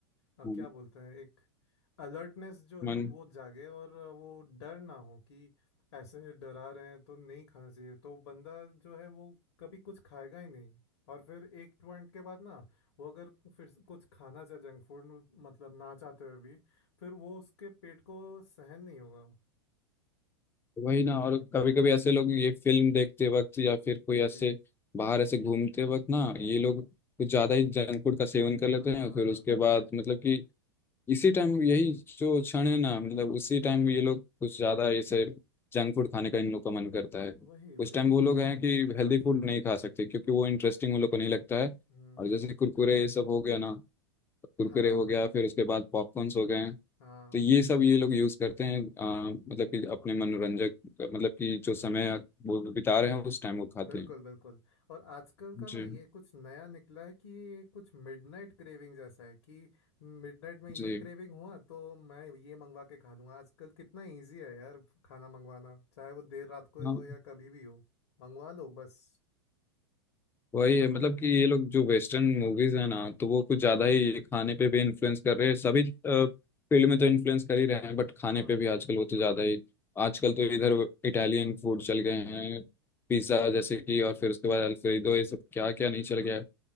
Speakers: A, on the left; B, on the left.
A: अ,
B: हम्म,
A: क्या बोलते हैं एक अलर्टनेस जो
B: मन
A: है वो जागे और वो डर ना हो कि ऐसे डरा रहे हैं तो नहीं खाना चाहिए तो बंदा जो है वो कभी कुछ खाएगा ही नहीं और फिर एक पॉइंट के बाद ना वो अगर फिर से कुछ खाना चाहे जंक फूड मतलब ना चाहते हुए भी फिर वो उसके पेट को सहन नहीं होगा
B: वही ना और कभी कभी ऐसे लोग ये फिल्म देखते वक्त या फिर कोई
A: जी
B: ऐसे बाहर ऐसे घूमते वक्त ना ये लोग कुछ ज्यादा ही जंक फूड का सेवन कर लेते
A: हाँ
B: हैं
A: हाँ
B: फिर
A: हाँ
B: उसके
A: हाँ
B: बाद मतलब कि इसी टाइम यही जो क्षण है ना मतलब उसी टाइम ये लोग कुछ ज्यादा ऐसे जंक फूड खाने का इन लोग का मन करता है
A: वही
B: उस
A: वही
B: टाइम वो लोग हैं कि हेल्दी फूड नहीं खा सकते क्योंकि वो इंटरेस्टिंग उन लोग को नहीं लगता है
A: हम्म
B: और जैसे कुरकुरे ये सब हो गया ना कुरकुरे
A: हाँ
B: हो गया फिर उसके बाद पॉपकॉर्न्स हो गए
A: हाँ
B: तो ये सब ये लोग यूज करते हैं अ, मतलब कि अपने मनोरंजक मतलब कि
A: हाँ,
B: जो समय वो बिता रहे हैं उस टाइम वो खाते
A: बिल्कुल
B: हैं
A: बिल्कुल और आजकल का ना
B: जी
A: ये कुछ नया निकला है कि ये कुछ मिडनाइट क्रेविंग जैसा है कि मिडनाइट में ये
B: जी
A: क्रेविंग हुआ तो मैं ये मंगवा के खा लूंगा आजकल कितना इजी है यार खाना मंगवाना चाहे वो देर रात को ही
B: हाँ
A: हो या कभी भी हो मंगवा लो बस
B: वही है मतलब कि ये लोग जो वेस्टर्न मूवीज है ना तो वो कुछ ज्यादा ही खाने पे भी इन्फ्लुएंस कर रहे हैं सभी फील्ड में तो इन्फ्लुएंस कर ही रहे हैं बट खाने
A: हाँ
B: पे भी आजकल वो तो ज्यादा ही आजकल तो इधर इटालियन फूड चल गए हैं पिज्जा जैसे कि और फिर उसके बाद अल्फ्रेडो ये सब क्या क्या नहीं
A: बिल्कुल
B: चल गया है